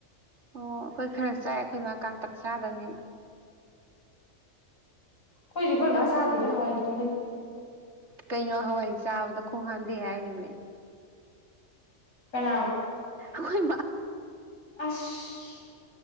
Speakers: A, on the right; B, on the left.
A: ꯑꯣ ꯑꯩꯈꯣꯏ ꯈꯔ ꯆꯥꯏꯦ ꯑꯩꯈꯣꯏꯃ ꯀꯥꯡꯥꯡꯇꯛ ꯆꯥꯗꯕꯅꯤꯅ
B: ꯀꯣꯏꯁꯨ ꯀꯣꯏ ꯃꯥ ꯆꯥꯕꯤꯗꯋꯥꯏ ꯇ ꯎꯜ
A: ꯀꯩꯅꯣ ꯍꯋꯥꯏ ꯍꯩ ꯆꯥꯕꯗ ꯈꯣꯡ ꯍꯥꯝꯗꯩ ꯍꯥꯏꯔꯤꯕꯅꯦ
B: ꯀꯅꯥꯕꯣ
A: ꯍꯣꯏ
B: ꯑꯐ